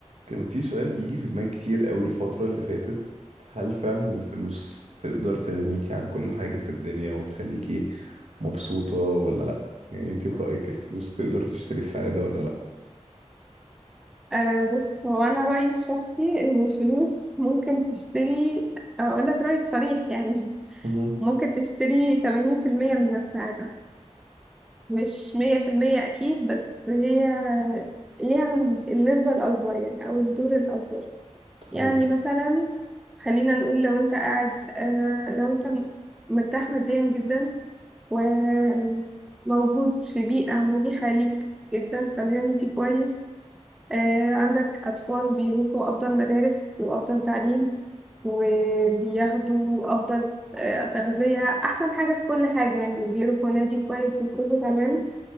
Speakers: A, on the right; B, in the centre.
A: كان في سؤال بيجي في دماغي كتير قوي الفترة اللي فاتت هل فعلا الفلوس تقدر تغنيكي عن كل حاجة في الدنيا وتخليكي مبسوطة ولا لأ؟ يعني انتي برأيك الفلوس تقدر تشتري السعادة ولا لأ؟
B: أه بص هو أنا رأيي الشخصي إن الفلوس ممكن تشتري أقول لك رأيي الصريح يعني <laughs>
A: مهم.
B: ممكن تشتري 80% من السعادة مش 100% أكيد بس هي ليها النسبة الأكبر يعني أو الدور الأكبر
A: طيب
B: يعني مثلا خلينا نقول لو أنت قاعد أه لو أنت م- مرتاح ماديا جدا وموجود في بيئة مريحة ليك جدا كوميونيتي كويس آه، عندك أطفال بيروحوا أفضل مدارس وأفضل تعليم وبياخدوا أفضل آه، تغذية أحسن حاجة في كل حاجة يعني وبيروحوا نادي كويس وكله تمام